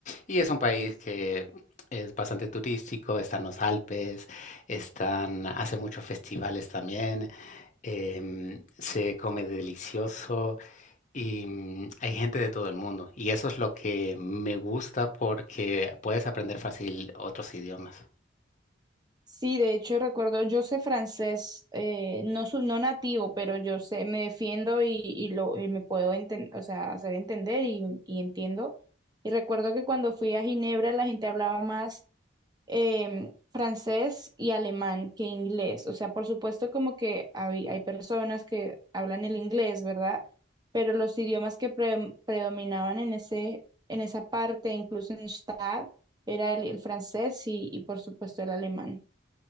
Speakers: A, on the left (about 40°); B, on the right (about 20°).
A: Y es un país que es bastante turístico, están los Alpes, están hace muchos festivales también, em, se come delicioso y, mm, hay gente de todo el mundo. Y eso es lo que me gusta porque puedes aprender fácil otros idiomas.
B: Sí, de hecho recuerdo, yo sé francés, eh, no, su- no nativo, pero yo sé, me defiendo y, y lo, y me puedo enten- o sea, hacer entender y, y entiendo. Y recuerdo que cuando fui a Ginebra la gente hablaba más em, francés y alemán que inglés. O sea, por supuesto como que hay, hay personas que hablan el inglés, ¿verdad? Pero los idiomas que pre- predominaban en ese, en esa parte, incluso en Stade, era el, el francés y, y por supuesto el alemán.